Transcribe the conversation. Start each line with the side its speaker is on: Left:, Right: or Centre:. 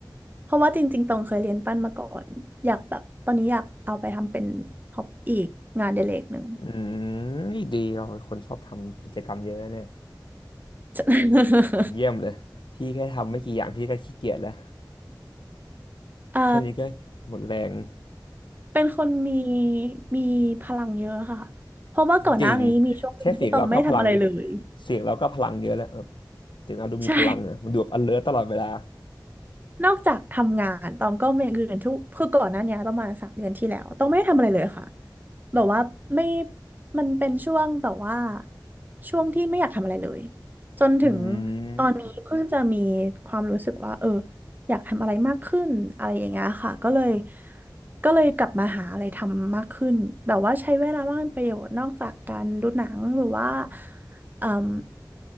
Right: เพราะว่าจริงๆตองเคยเรียนปั้นมาก่อนอยากแบบตอนนี้อยากเอาไปทำเป็นฮอบอีกงานอดิเรกหนึ่ง
Left: อืมดีเราเป็นคนชอบทำกิจกรรมเยอะเนี่ย
Right: <laughs>
Left: เยี่ยมเลยพี่แค่ทำไม่กี่อย่างพี่ก็ขี้เกียจแล้ว
Right: เอ่อ
Left: แค่นี้ก็หมดแรง
Right: เป็นคนมีมีพลังเยอะค่ะเพราะว่าก่อนหน้านี้มีช่วงหนึ่งที่ตองไม่ทำอะไรเลย
Left: จริงแค่เสียงเราก็พลังเสียงเราก็พลังเยอะแล้วแบบเสียงเราดูมีพลังอ่ะมันดูแบบ
Right: <laughs> ใช่
Left: alert ตลอดเวลา
Right: นอกจากทำงานตองก็มีอย่างอื่นทุกคือก่อนหน้านี้ประมาณสามเดือนที่แล้วตองไม่ได้ทำอะไรเลยค่ะแบบว่าไม่มันเป็นช่วงแบบว่าช่วงที่ไม่อยากทำอะไรเลยจนถึง
Left: อื
Right: ตอนนี้เพิ่งจะมีความรู้สึกว่าเออ
Left: ม
Right: อยากทำอะไรมากขึ้นอะไรอย่างเงี้ยค่ะก็เลยก็เลยกลับมาหาอะไรทำมากขึ้นแบบว่าใช้เวลาว่างเป็นประโยชน์นอกจากการดูหนังหรือว่าเอ่ม